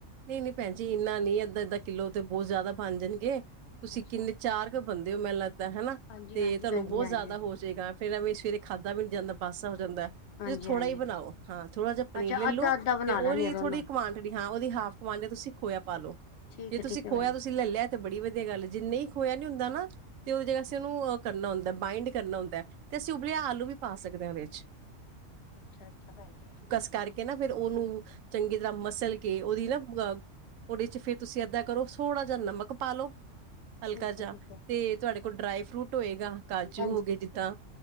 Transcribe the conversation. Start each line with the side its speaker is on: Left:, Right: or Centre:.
Right: ਨਹੀਂ ਨਹੀਂ ਭੈਣ ਜੀ ਇੰਨਾ ਨ ਅੱਧਾ ਅੱਧਾਂ ਕਿੱਲੋ ਤੇ ਬਹੁਤ ਜ਼ਿਆਦਾ ਬਣ ਜਾਣਗੇ ਤੁਸੀਂ
Left: ਅੱਛਾ
Right: ਕਿੰਨੇ ਚਾਰ ਕੁ ਬੰਦੇ ਹੋ ਮੈਨੂੰ ਲੱਗਦਾ ਹਨਾ
Left: ਹਾਂਜੀ
Right: ਤੇ
Left: ਹਾਂਜੀ
Right: ਤੁਹਾਨੂੰ
Left: ਭੈਣ
Right: ਬਹੁਤ
Left: ਜੀ ਹਾਂਜੀ
Right: ਜ਼ਿਆਦਾ ਹੋ ਜਾਏਗਾ ਫੇਿਰਵੇ ਖਾਧਾ ਵੀੀ ਜਾਂਦਾ ਪਾਸਾ ਜਾਂਦਾ ਤੁਸੀਂ
Left: ਹਾਂਜੀ
Right: ਥੋੜਾ
Left: ਹਾਂਜੀ
Right: ਹੀ ਬਣਾਓ ਹਾਂ ਥੋੜਾ ਜਿਹਾ ਪਨੀਰ
Left: ਅੱਛਾ
Right: ਲੈਲੋ
Left: ਅੱਧਾ ਅੱਧਾ ਬਣਾ
Right: ਤੇ ਉਹਦੀ
Left: ਲੈਣੇ ਆ ਦੋਨੋਂ
Right: ਥੋੜ੍ਹੀ ਕਵਾਂਟਿਟੀ ਹਾਂ ਉਹਦੀ ਹਾਫ਼ ਕਮੇ ਤੁਸੀਂ ਖੋਇਆ ਪਾ ਲੋ
Left: ਠੀਕ
Right: ਜੇ
Left: ਹੈ
Right: ਤੁਸੀਂ
Left: ਠੀਕ ਹੈ
Right: ਖੋਇਆ
Left: ਭੈਣ ਜੀ
Right: ਤੁਸੀਂ ਲੈ ਲਿਆ ਤੇ ਬੜੀ ਵਧੀਆ ਗੱਲ ਜਿੰ ਨਹੀਂ ਖਇਆ ਨਹੀਂ ਹੁੰ ਨਾ ਤੇ ਉਹ੍ਹਾ ਉਹਨੂੰ ਕਰਨਾ ਹੁੰਦਾ ਬਾਈੰਡ ਕਰਨਾ ਹੁੰਦਾ ਤੇ ਅਸੀਂ ਉਬਲੇਿਆ ਆਲੂ ਵੀ ਪਾ ਸਕਦੇ ਹਾਂ ਉਹਦੇ ਵਿੱਚ
Left: ਅੱਛਾ ਅੱਛਾ ਭੈਣ ਜ
Right: ਕਰਕੇ ਨਾ ਫ਼ਿਰ ਉਹਨੂੰ ਚੰਗੀ ਤਰ੍ਹਾਂ ਮਸਲ ਕੇ ਉਹਦੀ ਨਾ ਉਹਦੇ ਚ ਫੇਿਰ ਤੁਸੀਂ ਇਏਦਾਂ ਕਰੋ ਥੋੜ੍ਹਾ ਜਿ ਨਮਕ ਪਾ ਲੋੋ ਹਲਕਾ
Left: ਠੀਕ
Right: ਚਾਹ
Left: ਹੈ ਠੀਕ ਹੈ
Right: ਤੇ ਤੁਹਾਡੇ ਕੋਲ ਡਰਾਈ ਫਰੂਟ ਹੋਏਗਾ ਕਾਜੂ
Left: ਹਾਂਜੀ
Right: ਹੋ ਗਏ ਜਿੱਦਾਂ